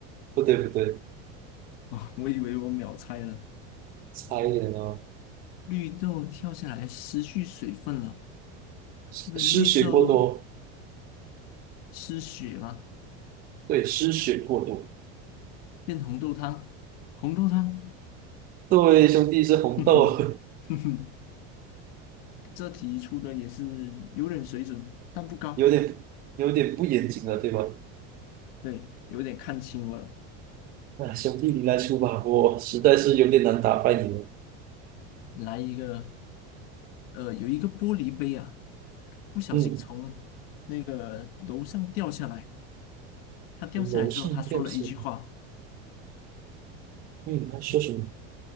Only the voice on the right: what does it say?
不对不对，
差一点哦，
失失血过多，
对，失血过多。
对，兄弟是红豆啊，
<laughs> 有点有点不严谨了，对吧？
那兄弟你来出吧，我实在是有点难打败你了。
嗯，
从楼上掉下来，
嗯，他说什么？